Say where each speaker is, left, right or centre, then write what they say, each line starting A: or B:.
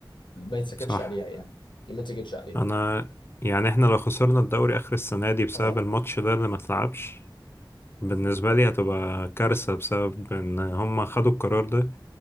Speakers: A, on the left (about 70°); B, on the left (about 30°).
A: ما يتسكتش
B: صح
A: عليها يعني ما تسكتش عليها
B: انا يعني احنا لو خسرنا الدوري اخر السنة دي بسبب
A: اه
B: الماتش ده اللي ما اتلعبش بالنسبة لي هتبقى كارثة بسبب ان هم خدوا القرار ده